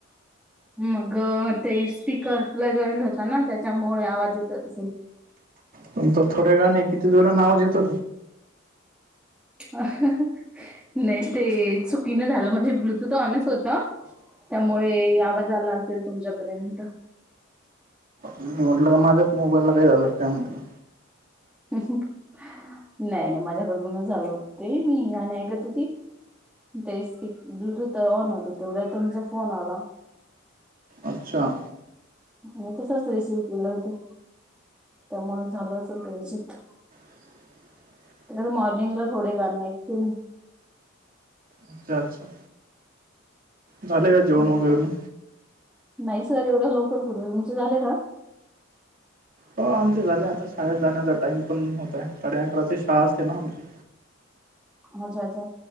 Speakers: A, in the centre; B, on the right (about 45°).
A: मग ते स्पीक कर ला जॉईंड होता ना त्याच्यामुळे आवाज येत असेल
B: तुम तर थोड्या गाणे किती जोरा आवाज येतो.
A: अ ह नाही ते चुकीन झालं म्हणजे ब्लूटूथ ऑनच होत. त्यामुळे आवाज आला असेल तुमच्यापर्यंत.
B: मी म्हटलं का माझ्याच मोबाईलला काही झालं काय म्हटलं.
A: नाही नाही माझ्याकडूनच झालं होत ते मी गाणी ऐकत होती. ते ब्लूटूथ ऑन होत तेवढ्या तुमचा फोन आला.
B: अच्छा
A: आणि तसच रिसीव केलं होते त्यामुळे झालं असेल कदाचित,
B: मग
A: त्यां मॉर्निंगला थोडे गाणे ऐकते मी.
B: अच्छा अच्छा झाले का जेवण
A: बर
B: वगैरे मी.
A: नाही सर एवढं लवकर कठे तुमचं झालं का.
B: हो आमचे झाले आता शाळेत जाण्याचा टाइम पण होतय साडे अकराची शाळा असते ना आमची.
A: अच्छा अच्छा